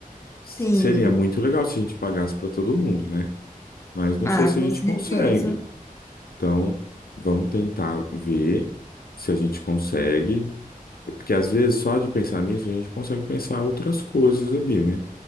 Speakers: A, on the left (about 85°); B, on the left (about 20°).
A: S-
B: sim.
A: Seria muito legal se a gente pagasse para todo mundo, né? Mas não
B: Ah,
A: sei se
B: com
A: a gente
B: certeza.
A: consegue. Então, vamos tentar ver se a gente consegue. Porque às vezes, só de pensar nisso, a gente consegue pensar outras coisas ali, né?